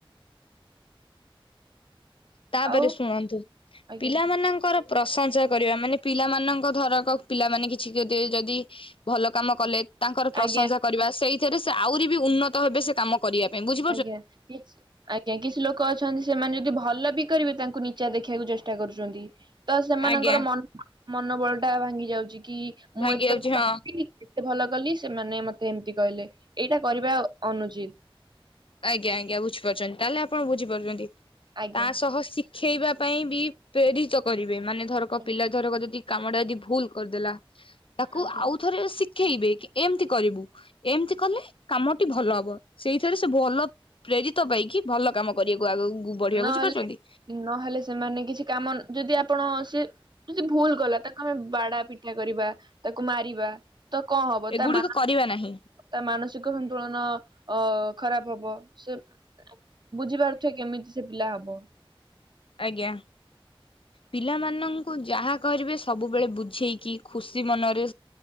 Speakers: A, on the left; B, on the right.
A: ତାପରେ
B: ଆଉ
A: ଶୁଣନ୍ତୁ
B: ଆଜ୍ଞା
A: ପିଲା ମାନଙ୍କର ପ୍ରଶଂସା କରିବା ମାନେ ପିଲାମାନଙ୍କ ଧରକ ପିଲାମାନେ କିଛି ଯଦି ଭଲ କାମ କଲେ ତାଙ୍କର ପ୍ରଶଂସା
B: ଆଜ୍ଞା
A: କରିବା ସେଇଥିରେ ସେ ଆହୁରି ବି ଉନ୍ନତ ହେବେ ସେ କାମ କରିବା ପାଇଁ ବୁଝୁ
B: ଆଜ୍ଞା! କିଛି ଆଜ୍ଞା! କିଛି ଲୋକ ଅଛନ୍ତି ସେମାନେ ଯଦି ଭଲ ବି କରିବେ ତାଙ୍କୁ ନିଚା ଦେଖେଇବାକୁ ଚେଷ୍ଟା କରୁଛନ୍ତି। ତ ସେମାନଙ୍କର
A: ଆଜ୍ଞା
B: ମନୋବଳ ଟା ଭାଙ୍ଗି ଯାଉଛି କି
A: ଭାଙ୍ଗି
B: ମୁଁ ଏତେ
A: ଯାଉଛି
B: <unintelligible>
A: ହଁ
B: ଏତେ ଭଲ କଲି ସେମାନେ ମତେ ଏମିତି କହିଲେ ଏଇଟା କରିବା ଅନୁଚିତ।
A: ଆଜ୍ଞା! ଆଜ୍ଞା! ବୁଝିପାରୁଛନ୍ତି ତାହେଲେ ଆପଣ ବୁଝିପାରୁଛନ୍ତି
B: ଆଜ୍ଞା
A: ତା ସହ ଶି ଖେଇବା ପାଇଁ ବି ପ୍ରେରିତ କରିବେ ମାନେ ଧରକ
B: ଆଜ୍ଞା
A: ପିଲା ଧରକ ଯଦି କାମଟା ଯଦି ଭୁଲ କରିଦେଲା ତାକୁ
B: ଆଜ୍ଞା
A: ଆଉ ଥରେ ଖେଇବେ କି ଏମିତି କରିବୁ, ଏମିତି କଲେ କାମଟି ଭଲ ହବ, ସେଇଥିରେ ସେ ଭଲ ପ୍ରେରିତ ପାଇକି ଭଲ କାମ କରିବାକୁ ଆଗକୁ ବଢିବାକୁ
B: ନହେଲେ
A: ବୁଝିପାରୁଛନ୍ତି
B: ନହେଲେ ସେମାନେ କିଛି କାମ ଯଦି ଆପଣ ସେ ଯଦି ଭୁଲ ଗଲା ତାକୁ ଆମେ ବାଡା ପି କ୍ଷା କରିବା ତାକୁ ମାରିବା ତ କଣ ହବ
A: ଏଗୁଡିକ
B: ତା ମା
A: କରିବା ନାହିଁ
B: ତ ମାନସିକ ସନ୍ତୁଳନ ଅ ଖରାପ ହବ ସେ ବୁଝିପାରୁଥିବେ କେମିତି ସେ ପିଲା ହବ
A: ଆଜ୍ଞା ପିଲାମାନଙ୍କୁ ଯାହା କରିବେ ସବୁବେଳେ ବୁଝେଇକି ଖୁସି ମନରେ